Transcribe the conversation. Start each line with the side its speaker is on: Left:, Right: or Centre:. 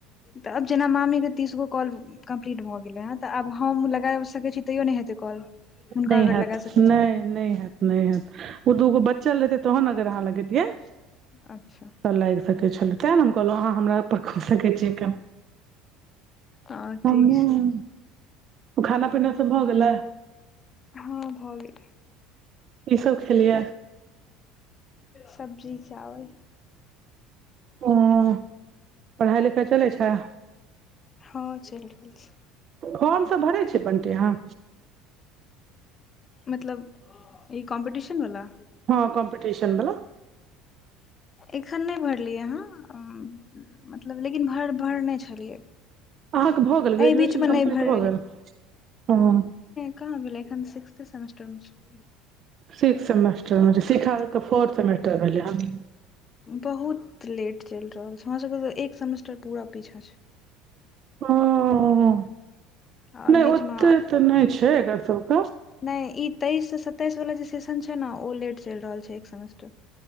Left: तऽ अब जेना मामी के तीसगो कॉल कम्प्लीट भऽ गेलै हे तऽ आब हम लगा सकै छी तैयो नइ हेतै कॉल हुनका
Right: नहि
Left: अगर
Right: हैत
Left: लगा सकैत छी
Right: नहि नहि हैत नहि ह ओ दूगो बच्चल रहतै तहन अगर अहाँ लगेतियै
Left: अच्छा
Right: लैग सकै छलइ तें ने हम कहलौं हमरा पर कऽ सकै छीयै के
Left: हँ
Right: हमहुँ
Left: ठीक छै
Right: खाना पीना सब भऽ गेलै
Left: हँ भऽ गेलै
Right: कि सब खेलिय
Left: सब्जी चावल
Right: ओह पढ़ाई लिखाई चलै छै
Left: हँ चैल रहल छै
Right: फर्म सब भरै छइ बन्टी अहाँ
Left: मतलब ई कॉम्पिटिशनवला
Right: हँ कम्पिटशन बला
Left: एखन नहि भरलियै हं मतलब लेकिन भर भरने छलियै
Right: अहाँके भऽ गेल ग्रेजुएशन
Left: एहि बीचमे नहि
Right: कम्प्लीट
Left: भरि
Right: भऽ गेल ह
Left: काँहा भेलै एखन सिक्स्थ सेमेस्टरमे
Right: सिक्स सेमेस्टर शिखा फोर्थ सेमेस्टर भेलै हन
Left: बहुत लेट चलै रहल छै हमरासबके तऽ एक सेमेस्टर पूरा पीछाँ छै
Right: हं
Left: आओर
Right: नइ
Left: बीचमे
Right: ओते तऽ नइ छै एकर सबके
Left: नहि ई तेइस से सताइस वला जे सेशन छै न ओ लेट चलै रहल छै एक सेमेस्टर